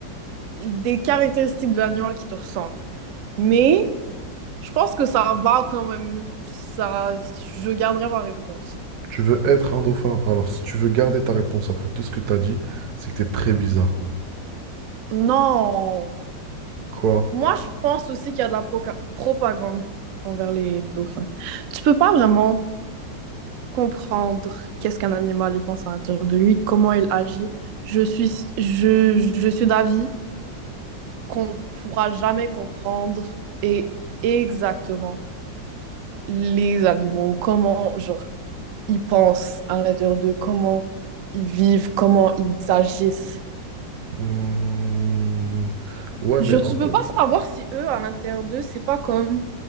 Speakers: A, on the right; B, on the right.
A: des caractéristiques de l'animal qui te ressemblent. Mais je pense que ça va quand même. Ça, je garderai ma réponse.
B: Tu veux être un dauphin. Alors, si tu veux garder ta réponse après tout ce que t'as dit, c'est que t'es très bizarre.
A: Non.
B: Quoi?
A: Moi, je pense aussi qu'il y a de la proca- propagande envers les dauphins. Tu peux pas vraiment comprendre qu'est-ce qu'un animal il pense à l'intérieur de lui, comment il agit. Je suis, je, je suis d'avis qu'on ne pourra jamais comprendre et exactement les animaux, comment genre, ils pensent à l'intérieur d'eux, comment ils vivent, comment ils agissent.
B: Hmm, Ouais,
A: Je
B: mais
A: ne
B: en
A: peux
B: fait.
A: pas savoir si eux, à l'intérieur d'eux, c'est pas comme